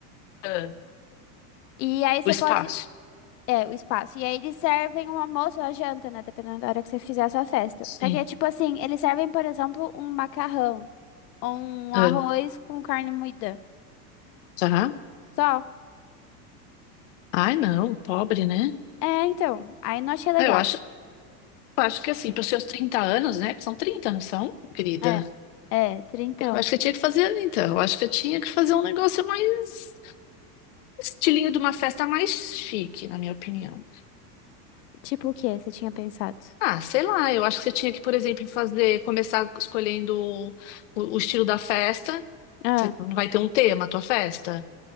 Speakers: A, on the left (about 50°); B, on the left (about 90°).
A: ah,
B: E aí você
A: o espaço.
B: pode, É, o espaço. E aí eles servem um almoço ou a janta, né? Dependendo da hora que você fizer a sua festa.
A: Sim.
B: Só que é tipo assim, eles servem, por exemplo, um macarrão ou um
A: Ah,
B: arroz com carne moída.
A: tá.
B: Só.
A: Ai, não, pobre, né?
B: É, então. Aí não achei legal.
A: Ah, Eu acho. Eu acho que assim, para os seus 30 anos, né? que São 30, não são, querida?
B: É. É, trintão.
A: Eu acho que eu tinha que fazer, então. Eu acho que eu tinha que fazer um negócio mais. Estilinho de uma festa mais chique, na minha opinião.
B: Tipo o que você tinha pensado?
A: Ah, sei lá, eu acho que você tinha que, por exemplo, fazer. Começar escolhendo o, o estilo da festa.
B: Ah,
A: Você não vai ter um tema a tua festa?